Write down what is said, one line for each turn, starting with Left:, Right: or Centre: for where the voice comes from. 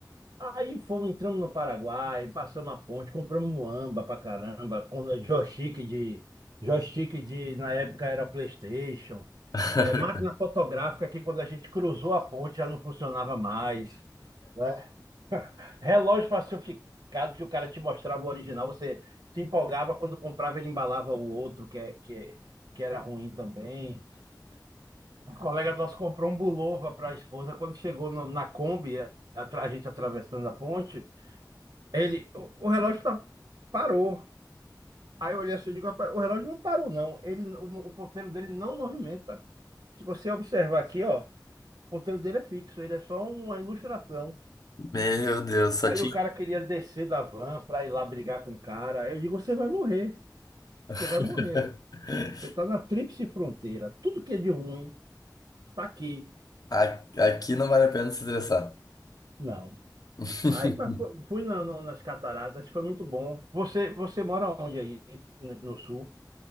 Right: Aí fomos, entramos no Paraguai, passamos a ponte, compramos muamba pra caramba, com joystick de, joystick de, na época era PlayStation,
Left: <laughs>
Right: é, máquina fotográfica que quando a gente cruzou a ponte já não funcionava mais, né? Relógio falsificado que o cara te mostrava o original, você se empolgava quando comprava, ele embalava o outro, que, é- que, é- que era ruim também. Um colega nosso comprou um Bulova para a esposa. Quando chegou no- na Kombi, a, a gente atravessando a ponte, ele, o, o relógio tá, parou. Aí eu olhei assim e digo, rapaz, o relógio não parou, não. Ele, o, o ponteiro dele não movimenta. Se você observar aqui, ó, o ponteiro dele é fixo, ele é só uma ilustração.
Left: Meu Deus, só
Right: Aí
Left: tinha.
Right: o cara queria descer da van pra ir lá brigar com o cara. Eu digo, você vai morrer.
Left: <laughs>
Right: Você vai morrer aí. Você tá na tríplice fronteira. Tudo que é de ruim tá aqui.
Left: A- Aqui não vale a pena se estressar.
Right: Não.
Left: <laughs>
Right: Aí mas fu- fui na- no- nas cataratas, foi muito bom. Você, você mora onde aí? No, no sul?